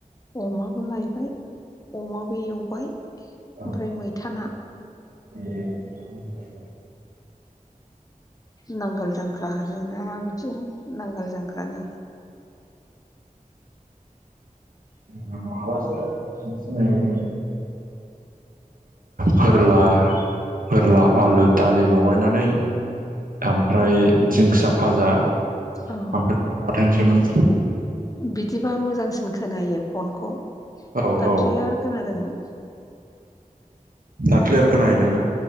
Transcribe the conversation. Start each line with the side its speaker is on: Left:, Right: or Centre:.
Left: अमाबो लायबाय, अमाबो एवबाय, ओमफ्राय
Right: औ
Left: मैथा ना।
Right: <inaudible>
Left: नांगाल जांख्रा होनो ना मा बिथिं नांगोल जांख्रानि।
Right: <unintelligible> फोरला फोरला आलु दालि लगायनानै आमफ्राय दिंखिया भाजा।
Left: औ
Right: आमफ्राय ना बाथोनसोमोन।
Left: बिदिबा मोजांसिन खोनायो फनखौ
Right: औ
Left: दा
Right: औ
Left: क्लियार खोनादों।
Right: दा क्लियार खोनाहैदों ना?